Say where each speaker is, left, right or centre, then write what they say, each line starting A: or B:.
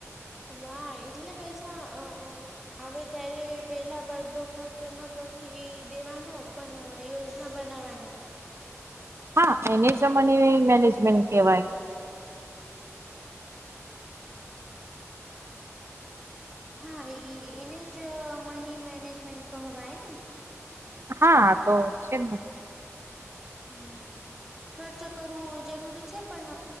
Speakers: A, in the centre; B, on the right (about 55°).
A: વાહ એટલે પૈસા અ અ આવે ત્યારે પેલા બધો ખર્ચ ન કરી દેવાનો પણ યોજ ના બનાવાની.
B: હા એને જ મને મેનેજમેન્ટ કેવાય
A: હા એને જ મની મેનેજમેન્ટ કહવાય ને
B: હા તો છે.
A: હમ ખર્ચ કરવું જરૂરી છે પણ